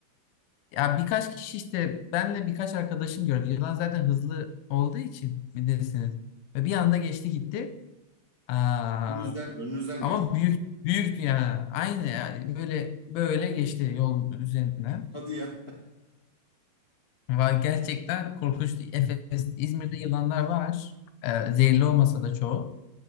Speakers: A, on the left; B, on the left.
A: ya birkaç kişi işte benle birkaç arkadaşım gördü. Yılan zaten hızlı olduğu için bilirsiniz. Ve bir anda geçti gitti. Aa,
B: Önünüzden, önünüzden
A: ama
B: geçti.
A: büyük büyüktü yani. Aynı yani böyle böyle geçti yolun üzerinden.
B: <laughs> Hadi ya.
A: Var gerçekten korkunç. Efes, İzmir'de yılanlar var. Ee, zehirli olmasa da çoğu.